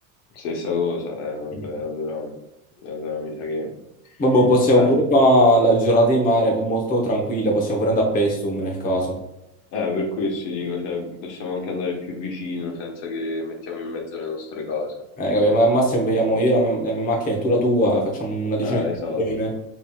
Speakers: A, on the left; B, on the left.
A: Stessa cosa, eh, vabbè,
B: Mhm.
A: allora, e allora mi sa che...
B: Vabbè, possiamo
A: Eh,
B: pure qua la giornata di mare, poi molto tranquilla, possiamo pure andare a Pestum nel caso.
A: eh, per questo dico, cioè, possiamo anche andare più vicino senza che mettiamo in mezzo le nostre cose.
B: Eh, capì? Ma al massimo prendiamo io la, mia la mia macchina e tu la tua, e facciamo una decina
A: Eh,
B: di
A: esatto.
B: persone